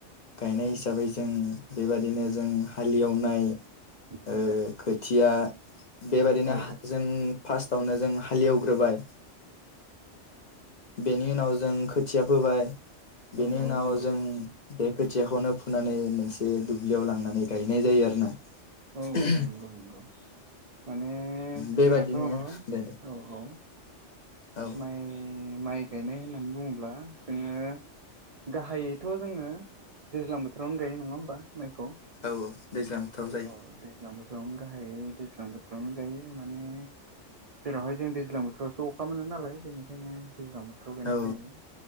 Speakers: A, on the left; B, on the right.
A: गायनाय
B: औ
A: हिसाबै जों बेबादिनो जों हालेवनाय
B: औ
A: ओ। खुथिया बेबायादिनो
B: औ
A: जों फारस्तावनो जों हालेवग्रोबाय बेनि उनाव जों खोथिया फोबाय बेनि
B: औ औ
A: उनाव
B: नंगौ
A: जों बे खोथियाखौनो फुनानै मोनसे दुब्लियाव लांनानै गायनाय जायो आरो ना
B: औ
A: <unintelligible>
B: औ नंगौ नंगौ माने
A: बेबादिनो
B: जोंहाथ'
A: दे दे
B: औ औ
A: औ
B: माइ माइ गायनाय होननानै बुङोब्ला जोंङो गाहायैथ' जोंङो दैज्लां बोथोरावनो गायो नोंङा होमबा मायखौ अ
A: औ दैज्लां बोथोराव जायो
B: दैज्लां बोथोराव बोथोरावनो गाहायै दैज्लां बोथोरावनो गायो माने जेरावहाय जों दैज्लां बोथोरावसो अखा मोनो नालाय बेनिखायनो दैज्लां बोथोराव गायनाय
A: औ
B: जायो‌